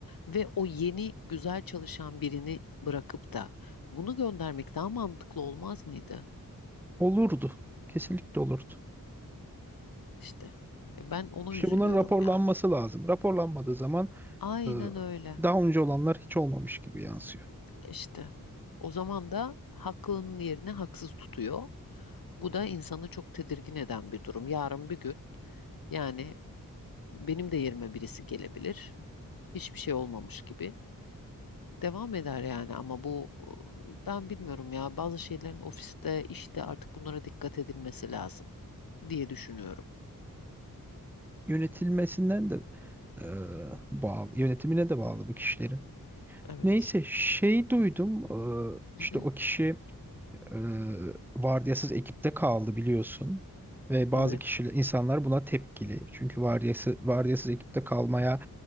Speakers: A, on the left; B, in the centre.
A: ve o yeni güzel çalışan birini bırakıp da bunu göndermek daha mantıklı olmaz mıydı?
B: Olurdu. Kesinlikle olurdu.
A: İşte e, ben ona
B: İşte
A: üzülüyorum
B: bunların raporlanması
A: yani.
B: lazım. Raporlanmadığı zaman
A: Aynen
B: e,
A: öyle
B: daha önce olanlar hiç olmamış gibi yansıyor.
A: İşte O zaman da haklının yerine haksız tutuyor. Bu da insanı çok tedirgin eden bir durum. Yarın bir gün yani benim de yerime birisi gelebilir. Hiçbir şey olmamış gibi. devam eder yani ama bu ben bilmiyorum ya bazı şeylerin ofiste işte artık bunlara dikkat edilmesi lazım diye düşünüyorum.
B: Yönetilmesinden de e, bağlı, yönetimine de bağlı bu kişilerin.
A: Evet.
B: Neyse şey duydum eee,
A: Hı
B: işte
A: hı.
B: o kişi eee vardiyasız ekipte kaldı biliyorsun ve
A: Evet.
B: bazı kişiler insanlar buna tepkili çünkü vardiyası, vardiyasız ekipte kalmaya